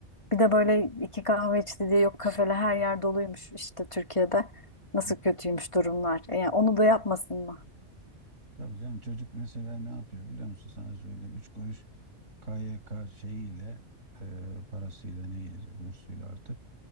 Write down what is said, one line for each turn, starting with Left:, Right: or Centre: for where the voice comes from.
Left: Bir de böyle iki kahve içti diye yok kafele her yer doluymuş işte Türkiye'de. Nasıl
Right: Yani
Left: kötüymüş durumlar. E, yani onu da yapmasın mı?
Right: Tabii canım çocuk mesela ne yapıyor biliyor musun sana söyleyeyim. Üç kuruş k Y K şeyiyle e, parasıyla neyse bursuyla artık